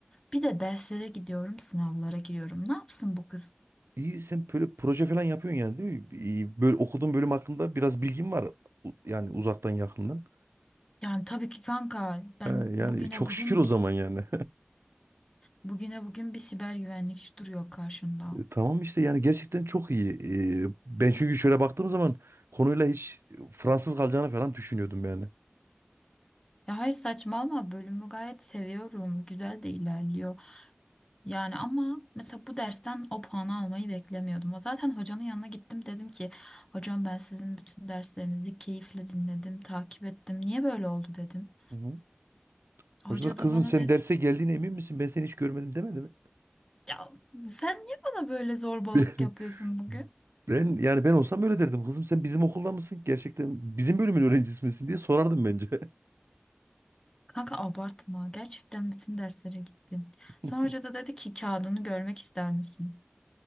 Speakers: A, on the left; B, on the right.
A: Bir de derslere gidiyorum, sınavlara giriyorum. Ne yapsın bu kız?
B: İyi sen böyle proje falan yapıyorsun yani değil mi? İyi, böyle okuduğun bölüm hakkında biraz bilgin var. U- Yani uzaktan yakından.
A: Yani tabii ki kanka ben
B: He, yani
A: bugüne
B: çok
A: bugün
B: şükür o zaman
A: biz
B: yani.
A: bugüne bugün bir siber güvenlikçi duruyor karşımda.
B: E, Tamam işte yani gerçekten çok iyi. E, Ben çünkü şöyle baktığım zaman konuyla hiç Fransız kalacağını falan düşünüyordum yani.
A: Ya hayır saçmalama bölümü gayet seviyorum. Güzel de ilerliyor. Yani ama mesela bu dersten o puanı almayı beklemiyordum. Zaten hocanın yanına gittim dedim ki hocam ben sizin bütün derslerinizi keyifle dinledim, takip ettim. Niye böyle oldu dedim.
B: Hı hı.
A: Hoca
B: Hoca da kızım
A: da bana
B: sen
A: dedi
B: derse geldiğine emin misin? Ben seni hiç görmedim demedi mi?
A: ya sen niye bana böyle zorbalık
B: <laughs>
A: yapıyorsun bugün?
B: Ben yani ben olsam öyle derdim. Kızım sen bizim okulda mısın? Gerçekten bizim bölümün öğrencisi misin diye sorardım bence.
A: Kanka abartma gerçekten bütün derslere gittim.
B: <laughs>
A: Sonra hoca da dedi ki kağıdını görmek ister misin?